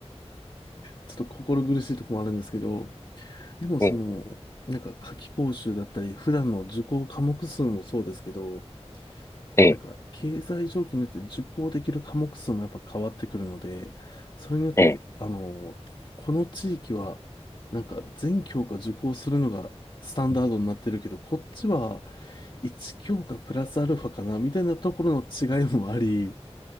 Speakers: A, on the left (about 45°); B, on the left (about 25°).
A: ちょっと心苦しいところもあるんですけど、でもその、
B: ええ
A: なんか夏期講習だったり普段の受講科目数もそうですけど、
B: ええ、
A: なんか、経済状況によって受講できる科目数もやっぱ変わってくるので、それによって、
B: ええ。
A: あの、この地域は、なんか全教科受講するのがスタンダードになってるけど、こっちは1教科プラスアルファかな、みたいなところの違いもあり、